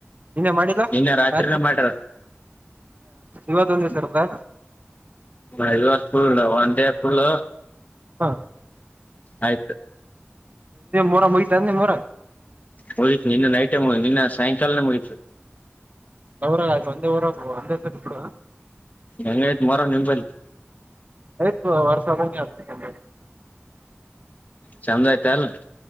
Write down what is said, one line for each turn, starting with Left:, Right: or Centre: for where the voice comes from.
Right: ಇನ್ನೇ ಮಾಡಿಲ್ಲ
Left: ನಿನ್ನೆ ರಾತ್ರಿನೇ
Right: ರೆ
Left: ಮಾಡ್ಯಾರ
Right: ಇವ ತ ಒಂದ ಸರ್ ಕ
Left: ಐದು ವರ್ಷ ಫುಲ್ ಒನ್ ಡೇ ಫುಲ್
Right: ಹಾ
Left: ಆಯ್ತು
Right: ಮೊರಾ ಮುಗಿತ ನಿಮ್ಮ ಊರ
Left: ಮುಗತ್ ನಿನ್ನ ನೈಟ್ ಮುಗ ನಿನ್ನ ಸಾಯಂಕಾಲನೆ ಮುಗಿತು
Right: ಅವರಾಗಯ ಒಂದೇ ಊರ ಒಂದೇ ಸತಿ ಬಿಡು
Left: ಹೆಂಗಯ್ತ ಮೊರಾ ನಿಂಬಲ್ಲಿ
Right: ಆಯ್ತು <unintelligible>
Left: ಚಂದ ಆಯ್ತ ಏನ್